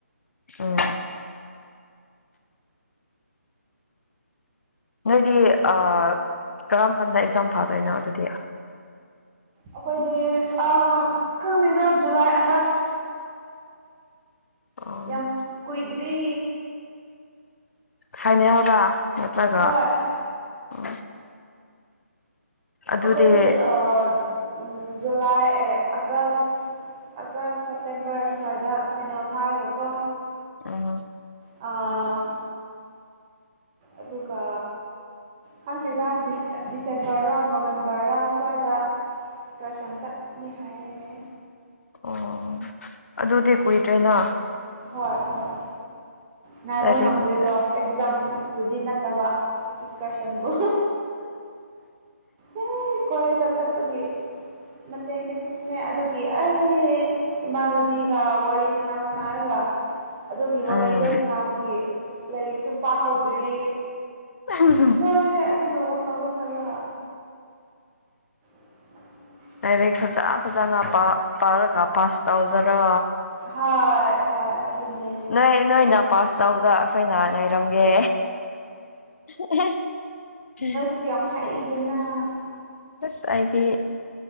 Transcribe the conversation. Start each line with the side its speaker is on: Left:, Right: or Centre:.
Left: ꯎꯝ ꯅꯣꯏꯗꯤ ꯑ ꯀꯔꯝ ꯀꯥꯟꯗ ꯑꯦꯛꯖꯥꯝ ꯊꯥꯗꯣꯏꯅꯣ ꯑꯗꯨꯗꯤ
Right: ꯑꯩꯈꯣꯏꯗꯤ ꯑ ꯈꯪꯗꯦꯗ ꯖꯨꯂꯥꯏ ꯑꯥꯒꯁ
Left: ꯑꯣ
Right: ꯌꯥꯝ ꯀꯨꯏꯗ꯭ꯔꯤ
Left: ꯐꯥꯏꯅꯦꯜꯂꯕ ꯅꯠꯇ꯭ꯔꯒ
Right: ꯍꯣꯏ
Left: ꯎ ꯑꯗꯨꯗꯤ
Right: ꯑꯩꯈꯣꯏꯗꯤ ꯑꯥ ꯖꯨꯂꯥꯏ ꯑ‌ꯦ ꯑꯥꯒꯁ ꯑꯥꯒꯁ ꯁꯦꯞꯇꯦꯝꯕꯔ ꯁ꯭ꯋꯥꯏꯗ ꯐꯩꯅꯦꯜ ꯐꯥꯔꯒꯀꯣ
Left: ꯑ
Right: ꯑꯥ ꯑꯗꯨꯒꯥ ꯈꯪꯗꯦꯗ ꯗꯤꯁ‌ꯦ ꯗꯤꯁꯦꯝꯕꯔꯔ ꯅꯣꯕꯦꯝꯕꯔꯔ ꯁ꯭ꯋꯥꯏꯗ ꯏꯁꯀꯔꯁꯟ ꯆꯠꯅꯤ ꯍꯥꯏꯌꯦ
Left: ꯑꯣ ꯑꯗꯨꯗꯤ ꯀꯨꯏꯗ꯭ꯔꯦꯅꯥ
Right: ꯍꯣꯏ ꯍꯣꯏ ꯉꯥꯏꯕ
Left: ꯂꯥꯏꯔꯤꯛ
Right: ꯉꯝꯗꯔꯤꯗ‌ꯣ
Left: ꯐꯖ
Right: ꯑꯦꯛꯖꯥꯝꯕꯨꯗꯤ ꯅꯠꯇꯕ ꯏꯁꯀꯔꯁꯟꯕꯨ ꯑꯦ ꯀꯣꯏꯔꯒ ꯆꯠꯄꯒꯤ ꯃꯇ‌ꯦꯡꯗꯤ <unintelligible> ꯈꯛꯇꯅꯦ ꯑꯗꯨꯒꯤ ꯑꯩ ꯏꯃꯥꯟꯅꯕꯤꯒ ꯋꯥꯔꯤ ꯁꯅꯥ ꯁꯅꯥ ꯕ ꯑꯗꯨꯒꯤ ꯋꯥꯔꯤꯗꯣ
Left: ꯎꯝ
Right: ꯁ ꯅꯥꯕꯒꯤ ꯂꯥꯏꯔꯤꯛꯁꯨ ꯄꯥꯍꯧꯗ꯭ꯔꯤ
Left: <unintelligible>
Right: ꯂꯣꯏꯔꯦ ꯑꯗꯨꯝꯕ ꯋꯥꯈꯜꯗꯣ ꯈꯜꯂꯒ <unintelligible>
Left: ꯂꯥꯏꯔꯤꯛ ꯐꯖ ꯐꯖꯅ ꯄ ꯄꯥꯔꯒ ꯄꯥꯁ ꯇꯧꯖꯔꯣ
Right: ꯍꯥꯏ ꯍꯣꯏ ꯑꯗꯨꯅꯦ
Left: ꯅꯣꯏ ꯅꯣꯏꯅ ꯄꯥꯁ ꯇꯧꯕꯗ ꯑꯩꯈꯣꯏꯅ ꯉꯥꯏꯔꯝꯒꯦ <unintelligible> ꯀ‌ꯦ
Right: ꯁꯤ ꯌꯥꯝ ꯍꯩꯗꯅ
Left: ꯑꯁ ꯑꯩꯗꯤ